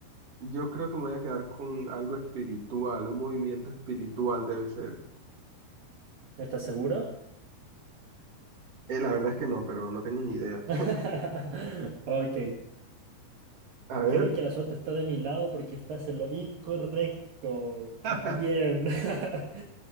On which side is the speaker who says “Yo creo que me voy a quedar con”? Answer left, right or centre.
Right